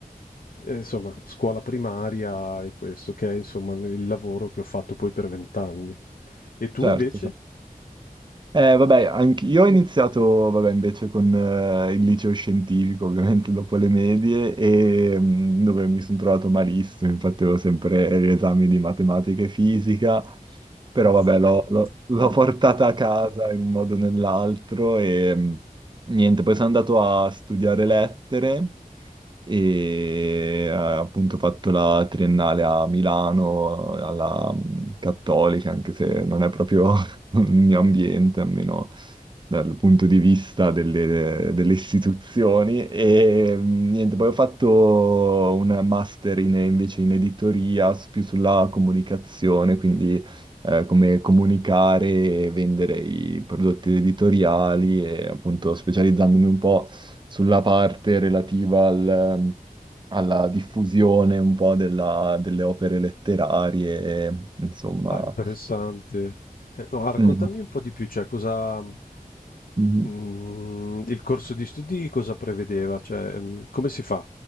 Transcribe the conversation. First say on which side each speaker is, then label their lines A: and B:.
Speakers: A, on the left (about 70°); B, on the right (about 30°).
A: eh, insomma, scuola primaria e questo, che è insomma il lavoro che ho fatto poi per vent'anni. E tu
B: certo,
A: invece?
B: <laughs> certo. Eh, vabbè, anche io ho iniziato, vabbè, invece con eh, il liceo scientifico, ovviamente <laughs> dopo le medie, e, mm, dove mi sono trovato malissimo, infatti avevo sempre gli esami di matematica e fisica, però
A: <laughs>
B: vabbè, l'ho l'ho- l'ho portata a casa in un modo o nell'altro e mm, niente, poi sono andato a studiare lettere e eh, appunto ho fatto la triennale a Milano, alla mm, Cattolica, anche se non è proprio ogni ambiente, almeno dal punto di vista delle, delle istituzioni. E mh, niente, poi ho fatto un master in- invece in editoria, s- più sulla comunicazione, quindi eh, come comunicare e vendere i prodotti editoriali e appunto specializzandomi un po' sulla parte relativa al- alla diffusione un po' della- delle opere letterarie, insomma.
A: Ah, interessante. Eh, no, ah, raccontami
B: Mm.
A: un po' di più, cioè cosa
B: mm-hmm.
A: mm, il corso di studi cosa prevedeva, cioè mm, come si fa